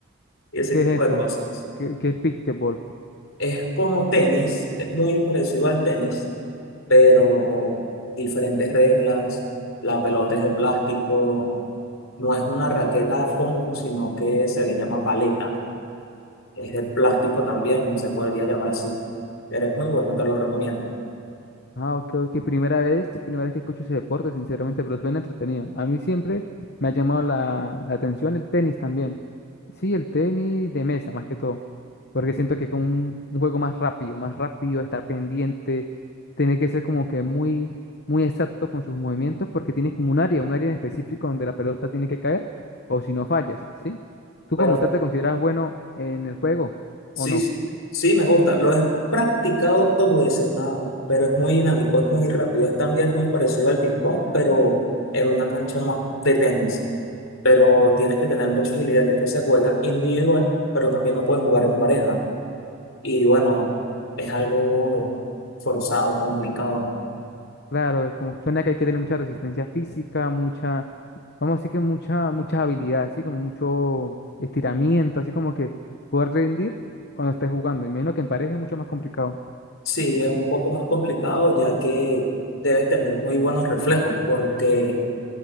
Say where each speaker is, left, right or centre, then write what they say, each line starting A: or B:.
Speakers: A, on the left; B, on the left.
A: y ese
B: ¿Qué
A: tipo
B: es
A: de
B: eso?
A: cosas.
B: ¿Qué, qué es Pickleball?
A: Es como tenis, es muy parecido al tenis, pero diferentes reglas, la pelota es de plástico, no es una raqueta común, sino que se le llama paleta, es de plástico también, se podría llamar así, pero es muy bueno, te lo recomiendo.
B: Ah, ok, ok. Primera vez, primera vez que escucho ese deporte, sinceramente, pero suena entretenido. A mí siempre me ha llamado la, la atención el tenis también. Sí, el tenis de mesa, más que todo. Porque siento que es como un, un juego más rápido, más rápido, estar pendiente, tener que ser como que muy, muy exacto con sus movimientos, porque tienes como un área, un área en específico donde la pelota tiene que caer, o si no fallas, ¿sí? ¿Tú
A: Pero
B: como tal te consideras bueno en el juego
A: sí,
B: o no?
A: sí, sí me gusta. Lo he practicado dos veces nada más, pero es muy dinámico, es muy rápido. Es también muy parecido al ping-pong, pero en una cancha más de tenis. Pero tienes que tener mucha agilidad, ya que se juega individual, pero también lo puedes jugar en pareja. Y bueno, es algo forzado, complicado.
B: Claro, como que suena que hay que tener mucha resistencia física, mucha, vamos a decir que mucha, mucha habilidad, así como mucho estiramiento, así como que poder rendir cuando estés jugando. Imagino que en pareja es mucho más complicado.
A: Sí, es un poco más complicado, ya que debes tener muy buenos reflejos, porque